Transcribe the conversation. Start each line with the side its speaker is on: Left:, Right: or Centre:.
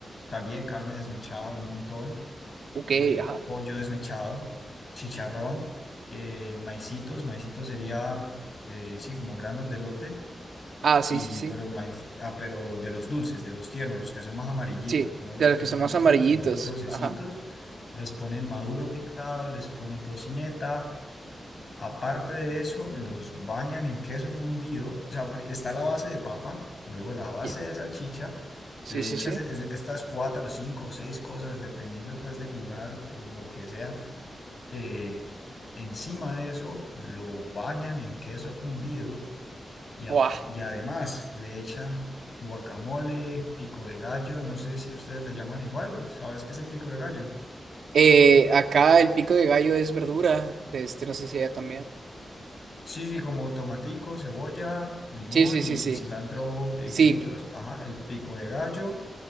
Left: también carne desmechada, un montón,
Right: Ok,
Left: eh,
Right: ajá.
Left: pollo desmechado, chicharrón, eh, maicitos, maicitos sería, eh, sí, como granos de lote
Right: Ah, sí,
Left: y,
Right: sí, sí.
Left: pero, maíz, ah, pero de los dulces, de los tiernos, los que son más amarillitos,
Right: Sí,
Left: no los
Right: de
Left: que
Right: los
Left: son
Right: que son
Left: blanquecinos,
Right: más amarillitos.
Left: sino los dulcecitos,
Right: Ajá.
Left: les ponen maduro picado, les ponen tocineta. Aparte de eso, los bañan en queso fundido. O sea, pri- está la base de papa, luego la base
Right: Yeah.
Left: de salchicha.
Right: Sí,
Left: Le
Right: sí,
Left: echas
Right: sí.
Left: e, es- estas cuatro, cinco o seis cosas, dependiendo pues del lugar o lo que sea. Eh, encima de eso, lo bañan en queso fundido y, a-
Right: Buah.
Left: y además le echan guacamole, pico de gallo, no sé si ustedes le llaman igual, ¿sabes qué es el pico de gallo?
Right: Eh, acá el pico de gallo es verdura. de Este, no sé si allá también.
Left: Sí, sí, como tomatico, cebolla, limón
Right: Sí, sí,
Left: y,
Right: sí, sí.
Left: y cilantro en
Right: Sí,
Left: cubitos, ajá, el pico de gallo,